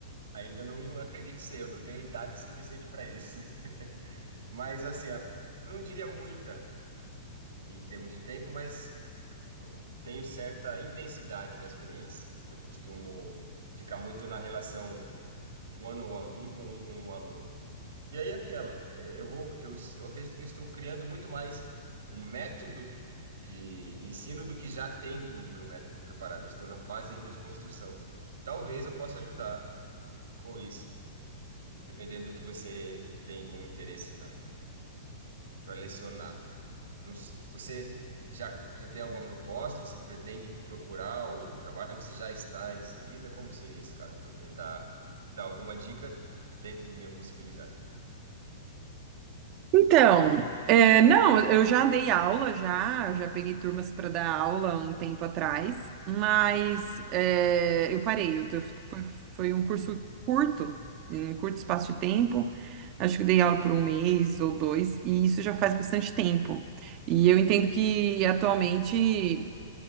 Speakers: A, on the right; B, on the right.
A: ainda não acredito ser, eu não tenho idade suficiente para isso. <laughs> Mas assim, a- não diria muita em termos de tempo, mas ó, tenho certa intensidade na experiência. Eu costumo ficar muito na relação one-on-one, um com um com um aluno. E aí aquela, é, eu vou, eu, eu acredito que eu estou criando muito mais um método de ensino do que já tendo o meu método preparado. Eu estou na fase ainda de construção. Talvez eu possa ajudar com isso, dependendo do que você tem como interesse na para lecionar. Não s- Você já, já tem alguma proposta? Você pretende procurar o trabalho? Você já está inserida? Como seria esse caso para eu tentar dar alguma dica dentro do minha possibilidade?
B: Então, é, não, eu já dei aula já, eu já peguei turmas para dar aula um tempo atrás, mas é, eu parei, eu tô- foi, foi um curso curto, em um curto espaço de tempo, acho que eu dei aula por um mês ou dois, e isso já faz bastante tempo. E eu entendo que atualmente